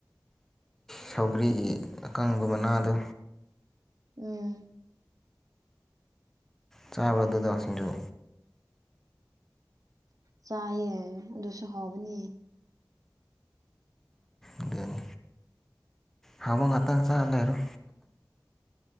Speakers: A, in the centre; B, on the right (about 55°).
A: ꯁꯥꯎꯒ꯭ꯔꯤꯒꯤ ꯑꯀꯪꯕ ꯃꯅꯥꯗꯣ
B: ꯎꯝ
A: ꯆꯥꯕ꯭ꯔꯥ ꯑꯗꯨꯗꯣ ꯁꯤꯡꯖꯨ
B: ꯆꯥꯏꯌꯦ ꯑꯗꯨꯁꯨ ꯍꯧꯕꯅꯤ
A: ꯑꯗꯨꯅꯤ ꯍꯥꯎꯕ ꯉꯥꯛꯇꯪ ꯆꯥ ꯂꯩꯔꯣ